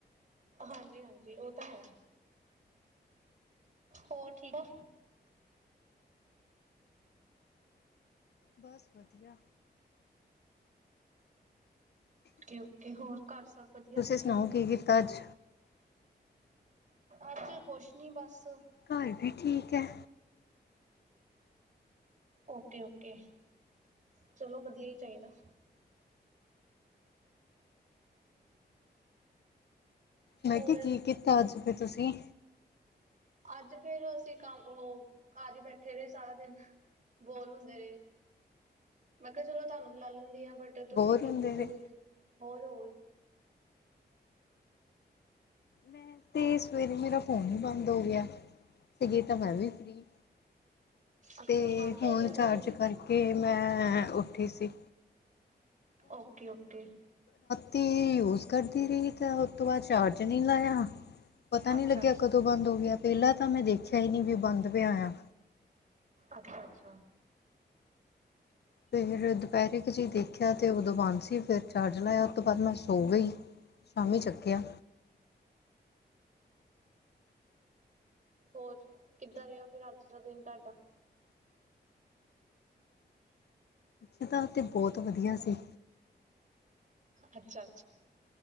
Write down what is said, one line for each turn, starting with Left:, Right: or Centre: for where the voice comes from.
Right: ਹਾਂਜੀ ਹਾਂਜੀ। ਉਹ ਤਾਂ ਹੈ। ਹੋਰ ਠੀਕ ਆ।
Left: ਬਸ ਵਧੀਆ।
Right: ਓ ਓਕੇ ਹੋਰ ਘਰ ਸਭ ਵਧੀਆ।
Left: ਤੁਸੀਂ ਸੁਣਾਓ ਕੀ ਕੀਤਾ ਅੱਜ
Right: ਅੱਜ ਕੁਛ ਨੀ ਬਸ
Left: ਘਰ ਵੀ ਠੀਕ ਹੈ।
Right: ਓਕੇ ਓਕੇ ਚਲੋ ਵਧੀਆ ਹੀ ਚਾਹੀਦਾ।
Left: ਮੈਂ
Right: ਹੋਰ
Left: ਕਿਹਾ ਕੀ ਕੀਤਾ ਅੱਜ। ਫਿਰ ਤੁਸੀਂ
Right: ਅੱਜ ਫੇਰ ਅਸੀਂ ਕੰਮ ਉਹ ਘਰ ਹੀ ਬੈਠੇ ਰਹੇ ਸਾਰਾ ਦਿਨ ਬੋਰ ਹੁੰਦੇ ਰਹੇ ਮੈਂ ਕਿਹਾ ਚਲੋ ਤੁਹਾਨੂੰ ਵੀ ਲਾ ਲੈਂਦੀ ਆ। ਬਟਰ ਤੁਸੀਂ
Left: ਬੋਰ
Right: ਮਿਲਦੇ
Left: ਹੁੰਦੇ
Right: ਸੀਗੇ
Left: ਨੇ
Right: ਹੋਰ, ਹੋਰ
Left: ਮੈਂ ਤੇ ਸਵੇਰੇ ਮੇਰਾ ਫੋਨ ਹੀ ਬੰਦ ਹੋ ਗਿਆ ਸੀਗੇ ਤਾਂ ਮੈਂ ਵੀ ਫ੍ਰਰੀ
Right: ਅੱਛਾ
Left: ਤੇ
Right: ਬੰਦ
Left: ਹੁਣ
Right: ਹੋ ਗਿਆ ਉਹ
Left: ਚਾਰਜ
Right: ਕਿਵੇਂ
Left: ਕਰਕੇ ਮੈਂ ਉੱਠੀ ਸੀ।
Right: ਓਕੇ ਓਕੇ
Left: ਅਤੇ ਯੂਜ ਕਰਦੀ ਰਹੀ ਤਾਂ ਉਹ ਤੋਂ ਬਾਅਦ ਚਾਰ ਨਹੀਂ ਲਾਇਆ ਪਤਾ ਨੀ
Right: ਅੱਛਾ
Left: ਲੱਗਿਆ
Right: ਅੱਛਾ
Left: ਕਦੋਂ ਬੰਦ ਹੋ ਗਿਆ ਪਹਿਲਾਂ ਤਾਂ ਮੈਂ ਦੇਖਿਆ ਹੀ ਨਹੀਂ ਵੀ ਬੰਦ ਪਿਆ ਆਆ
Right: ਅੱਛਾ ਅੱਛਾ।
Left: ਫਿਰ ਦੁਪਹਿਰੇ ਕੁ ਜੀ ਦੇਖਿਆ ਤੇ ਉਦੋਂ ਬਾਂਸੀ ਫਿਰ ਚਾਰਜ ਲਾਇਆ ਉਹ ਤੋਂ ਬਾਅਦ ਮੈਂ ਸੌ ਗਈ ਸ਼ਾਮੀ ਚੱਕਿਆ
Right: ਹੋਰ ਕਿੱਦਾਂ ਰਿਹਾ ਫਿਰ ਅੱਜ ਦਾ ਦਿਨ ਤੁਹਾਡਾ।
Left: ਅੱਜ ਤਾਂ ਤਾਂ ਬਹੁਤ ਵਧੀਆ ਸੀ।
Right: ਅੱਛਾ ਅੱਛਾ